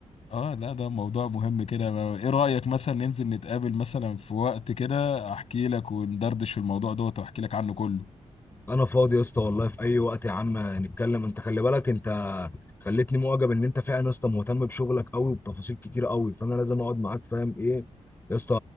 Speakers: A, on the left; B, on the left.
A: اه لا ده موضوع مهم كده ما- ايه رأيك مثلا ننزل نتقابل مثلا في وقت كده احكي لك وندردش في الموضوع دوت واحكي لك عنه كله
B: انا فاضي يا اسطى والله في اي وقت يا عم نتكلم انت خلي بالك انت خليتني معجب ان انت فعلا يا اسطى مهتم بشغلك قوي وبتفاصيل كتيره قوي فانا لازم اقعد معاك فاهم ايه يا اسطى